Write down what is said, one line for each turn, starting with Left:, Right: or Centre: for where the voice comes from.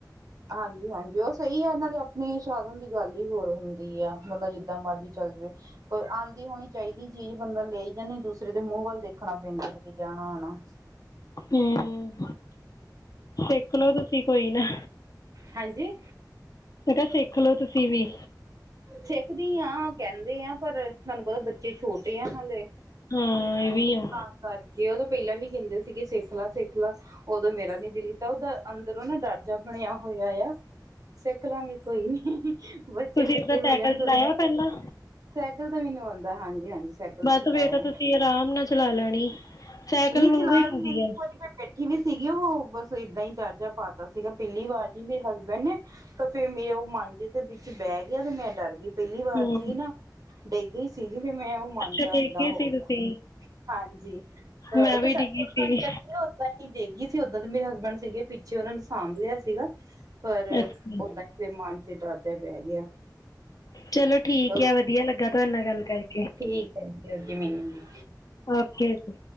Right: ਹਾਂਜੀ-ਹਾਂਜੀ ਉਹ ਸਹੀ ਆ ਇਹੇ ਆਪਣੇ ਸਾਧਨ ਦੀ ਗੱਲ ਹੀ ਹੋਰ ਹੁੰਦੀ ਆ ਬੰਦਾ ਜਿੱਦਾਂ ਮਰਜ਼ੀ ਚੱਲ ਜਾਵੇ ਕੋਈ ਆਉਂਦੀ। ਹੋਣੀ ਚਾਹੀਦੀ ਚੀਜ਼ ਬੰਦਾ ਲੈ ਹੀ ਜਾਂਦੀ ਦੂਸਰੇ ਦੇ ਮੂੰਹ ਵੱਲ ਦੇਖਣਾ ਪੈਂਦਾ ਕਿਤੇ ਜਾਣਾ ਆਣਾ।
Left: ਹਮ ਸਿੱਖਲਓ ਤੁਸੀਂ ਕੋਈ ਨਾ
Right: ਹਾਂਜੀ
Left: ਤਾਂ ਸਿੱਖਲੋ ਤੁਸੀਂ ਵੀ।
Right: ਸਿੱਖਦੀ ਹਾਂ ਕਹਿੰਦੇ ਆ ਪਰ ਤੁਹਾਨੂੰ ਪਤਾ ਬੱਚੇ ਛੋਟੇ ਆ ਹਾਲੇ।
Left: ਹਾਂ ਇਹ ਵੀ ਆ
Right: ਹਾਂ ਕਰਕੇ ਉਹਦ ਪਹਿਲਾਂ ਵੀ ਕਹਿੰਦੇ ਸੀਗੇ ਸਿੱਖ ਲ ਸਿੱਖ ਲ ਉਦੋਂ ਮੇਰਾ ਨੀ ਦਿਲ ਕੀਤਾ ਉਹਦਾ ਅੰਦਰ ਉਹ ਨਾ ਡਾਟ ਬਣਿਆ ਹੋਇਆ ਆ ਸਿੱਖ ਲਾਂਗੇ ਕੋਈ ਨੀ
Left: ਤੁਸੀਂ
Right: ਵੱਡੇ
Left: ਓਾਂ
Right: ਹੋ
Left: ਸਾਈਕਲ
Right: ਜਾਣ
Left: ਚਲਾਇਆ
Right: ਥੋੜੇ
Left: ਪਹਿਲਾਂ?
Right: ਸਾਈਕਲ ਤਾਂ ਮੈਨੂੰ ਆਉਂਦਾ ਹਾਂਜੀ ਹਾਂਜੀ ਸਾਈਕਲ
Left: ਬਸ
Right: ਚਲਾਇਆ
Left: ਫਿਰ ਤਾਂ ਤੁਸੀਂ ਆਰਾਮ ਨਾਲ ਚਲਾ ਲੈਣੀ। ਸਾਈਕਲ
Right: ਨਹੀਂ
Left: ਵਾਂਗੂ
Right: ਚਲਾ
Left: ਹੀ
Right: ਵੀ
Left: ਹੁੰਦੀ
Right: ਲੈਂਦੀ
Left: ਆ
Right: ਵਾਰੀ ਮ ਬੈਠੀ ਵੀ ਸੀਗੀ ਉਹ ਬ ਏਦਾਂ ਹੀ ਦਰਜਾ ਪਾਤਾ ਸੀਗਾ ਪਹਿਲੀ ਵਾਰ ਜੀ ਮੇਰੇ ਹਸਬੈਂਡ ਨੇ ਤਾਂ ਫੇਰ ਮੇਰੇ ਉਹ ਮਾਂਜੇ ਦੇ ਵਿੱਚ ਬ ਰਹਿ ਗਿਆ ਤੇ ਮੈਂ ਡਰ ਗਈ ਪਹਿਲੀ ਵਾਰ
Left: ਹੂੰ
Right: ਚ ਹੀ ਨਾ ਡਿੱਗ ਗਈ ਸੀ। ਮੈਂ ਉਹ ਮੰਜਾ
Left: ਅੱਛਾ ਡਿੱਗ
Right: ਏਦਾਂ
Left: ਗਏ
Right: ਹੋ
Left: ਸੀ ਤੁਸੀਂ
Right: ਹਾਂਜੀ। ਤਾਂ
Left: ਮੈਂ
Right: ਉਹਦਾ
Left: ਵੀ
Right: ਸ
Left: ਡਿੱਗੀ ਸੀ
Right: ਨੀ ਲੱਗੀ ਉਓਦਾਂ ਹੀ ਦੇ ਗਈ ਸੀ ਉਓਦਾਂ ਤੇ ਮੇਰੇ ਹਸਬੈਂਡ ਸੀਗੇ ਪਿੱਛੇ ਉਹਨਾਂ ਨੇ ਸਾਂਭ ਲਿਆ ਸੀਗਾ ਪਰ
Left: ਅੱਛਾ
Right: ਓਦਾਂ ਹੀ ਫ ਮਨ ਚ ਡਰ ਬਹਿ ਗਿਆ।
Left: ਚਲੋ ਠੀਕ
Right: ਚਲੋ
Left: ਆ ਵਧੀਆ ਲੱਗਾ ਤੁਹਾਡੇ ਨਾਲ ਗੱਲ ਕਰਕੇ
Right: ਠੀਕ ਜ ਜ ਮਨੂੰ
Left: ਓਕੇ ਜੀ।